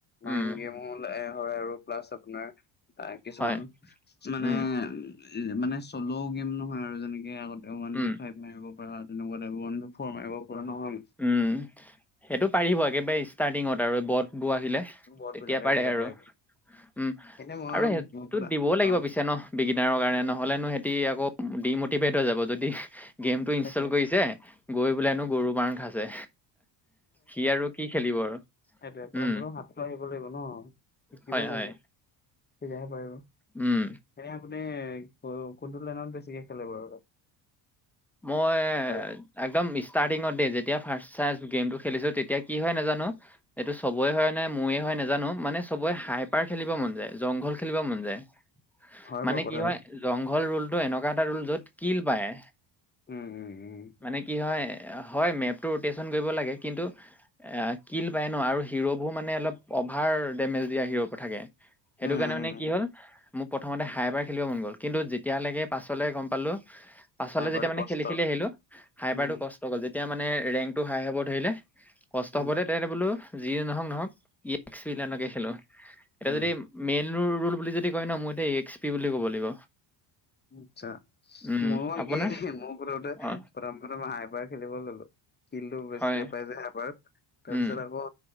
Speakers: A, in the centre; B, on the left.
A: উম,
B: মাইণ্ড গেমো হয় আৰু প্লাছ আপোনাৰ তাৰ কিছুমান
A: হয়।
B: মানে
A: উম,
B: উ মানে চল' গেম নহয় আৰু যেনেকে আগত ওৱান
A: উম,
B: বি ফাইভ মাৰিব পৰা তেনেকুৱাএটা ওৱান বি ফ'ৰ মাৰিব পৰা নহয়।
A: উম সেইটো পাৰিব একেবাৰে ষ্টাৰ্টিঙত আৰু বটবোৰ আহিলে।
B: বহুত
A: তেতিয়া
B: বিলাকে
A: পাৰে
B: আহিলে
A: আৰু
B: পাৰিব।
A: উম
B: এনে মই
A: আৰু সেইটো
B: আপোনাৰ
A: দিবও লাগিব
B: অ,
A: পিছে ন বিগিনাৰৰ কাৰণে নহলেনো সিহঁতি আকৌ ডিমটিভেট হৈ যাব যদি গেম টো ইনষ্টল
B: সেইটোৱে
A: কৰিছে গৈ বোলে নো গৰু মাৰ খাইছে। সি আৰু কি খেলিব আৰু
B: সেইটোয়ে পথম
A: উম,
B: পথম হাত আহিব লাগিব ন শিকিব
A: হয়
B: লাগিব।
A: হয়
B: তেতিয়াহে পাৰিব।
A: উম,
B: সে আপুনি কোনটো লাইনত বেছিকে খেলিব বাৰু তাত
A: মই
B: আৰু
A: একদম ষ্টাৰ্টিঙত দেই যেতিয়া ফাৰ্ষট চাইজ গেমটো খেলিছো তেতিয়া কি হয় নাজানো এইটো চবৰে হয় নাই মোয়ে হয় নাজানো, মানে চবে হাইপাৰ খেলিব মন যায় জংঘল খেলিব মন যায়।
B: হয়
A: মানে
B: বাৰু কথাটো।
A: কি হয় জংঘল ৰোলতটো এনেকুৱা এটা ৰোল যত কিল পায়।
B: উম উম উম
A: মানে কি হয়, হয় মেপটো ৰোটেচন কৰিব লাগে কিন্তু কিল পায় ন' আৰু হিৰ'বোৰ মানে অলপ অভাৰ ডেমেজ দিয়া হিৰ' পৰা থাকে। সেইটো
B: উম
A: কাৰণে
B: উম
A: মানে কি হ'ল মোক প্ৰথমতে হাই পাই খেলিব মন গ'ল কিন্তু যেতিয়ালৈকে পাছলে গম পালোঁ, পাছলে
B: নাই বৰাটো
A: যেতিয়া মানে
B: কষ্ট।
A: খেলি খেলি আহিলো হাই
B: উম,
A: পাৰটো কষ্ট গ'ল, যেতিয়া মানে ৰেংক টো হাই হ'ব ধৰিলে কষ্ট
B: উম,
A: হ'বতে তেতে বোলো যি নহওঁক নহওঁক ই একসিল এনেকে খেলোঁ এতিয়া
B: উম,
A: যদি মেইন ৰোল বুলি যদি কয় ন' মই এতিয়া ই্স পি বুলি ক'ব লাগিব।
B: আচ্ছা,
A: উম
B: ময়ো
A: আপোনাৰ
B: একে ময়ো প্ৰথম
A: অ
B: প্ৰথমতে হাই পাই খেলিব ল'লো। কিলটো বেছিকে
A: হয়
B: পাই যায় হাপাৰত তাৰপিছত
A: উম
B: আকৌ